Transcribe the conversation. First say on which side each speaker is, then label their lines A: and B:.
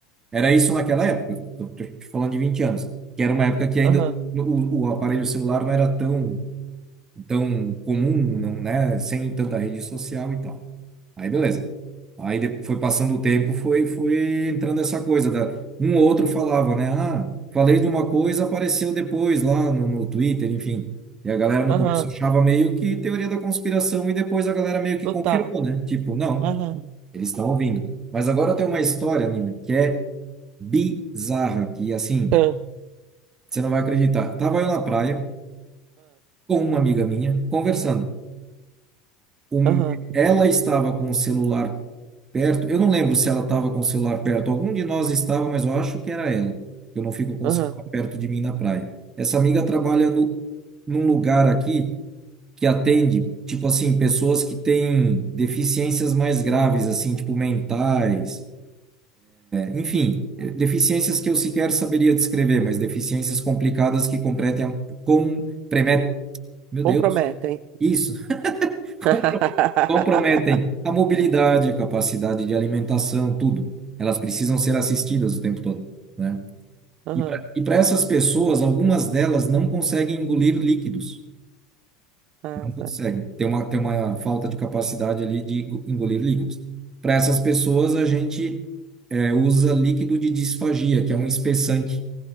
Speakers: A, on the right; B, on the right.
A: Era isso naquela época, tô, tô te falando de 20 anos, que era uma época que ainda
B: Aham,
A: o, o aparelho celular não era tão, tão comum, não, né? Sem tanta rede social e tal. Aí beleza. Aí de- foi passando o tempo, foi, foi entrando essa coisa da um ou outro falava, né? Ah, falei de uma coisa, apareceu depois lá no, no Twitter, enfim. E a galera no começo
B: aham,
A: achava meio que teoria da conspiração e depois a galera meio que
B: total.
A: confirmou, né? Tipo, não,
B: Aham,
A: eles estão ouvindo. Mas agora tem uma história, Nina, que é bizarra, que assim,
B: aham,
A: você não vai acreditar. Tava eu na praia com uma amiga minha, conversando. Um-
B: aham,
A: ela estava com o celular perto, eu não lembro se ela estava com o celular perto, algum de nós estava, mas eu acho que era ela. Eu não fico com
B: aham.
A: o celular perto de mim na praia. Essa amiga trabalha no, num lugar aqui que atende, tipo assim, pessoas que têm deficiências mais graves, assim, tipo mentais. Enfim, eh, deficiências que eu sequer saberia descrever, mas deficiências complicadas que compretem, a- com, premet meu Deus,
B: Comprometem.
A: isso, <laughs>
B: <laughs>
A: com- comprometem a mobilidade, a capacidade de alimentação, tudo. Elas precisam ser assistidas o tempo todo, né?
B: Aham.
A: E para e para essas pessoas, algumas delas não conseguem engolir líquidos,
B: Ah,
A: não conseguem.
B: tá.
A: Tem uma, tem uma falta de capacidade ali de go- engolir líquidos. Para essas pessoas, a gente eh, usa líquido de disfagia, que é um espessante